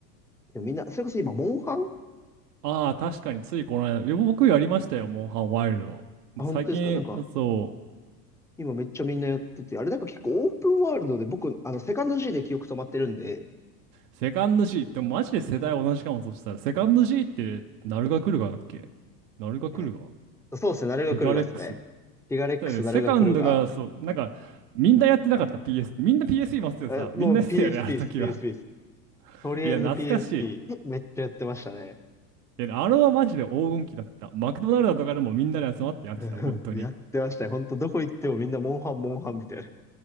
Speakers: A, in the centre; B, on the right.
A: でもみんな、それこそ今、モンハン
B: ああ、確かについこの間、いや僕やりましたよ、モンハンワイルド。
A: あ、
B: 最近、
A: 本当ですかなんか、
B: そう、
A: 今めっちゃみんなやってて、あれなんか結構オープンワールドで僕、あの、セカンド G で記憶止まってるんで、
B: セカンド C、でもマジで世代同じかも、そしたら、セカンド C って、ナルガクルガだっけナルガクルガ
A: ええそうですね、ナルが来るがですね。
B: ティガレックス。
A: ティガレックス、
B: だよね、
A: ナルが来るが、
B: セカンドが、そう、なんか、みんなやってなかった PS、みんな PS 持っててさ、
A: えもう
B: みんなやってたよね、
A: PSP
B: あの時は。
A: です、ピーエス s p です。
B: <laughs>
A: とりあえず
B: いや、懐かしい。
A: PSP、めっちゃやってましたね。
B: いや、あれはマジで黄金期だった。マクドナルドとかでもみんなで集まってやってた、
A: <laughs>
B: 本当に。
A: やってましたね。ほんと、どこ行ってもみんなモンハン、モンハンみたいな。い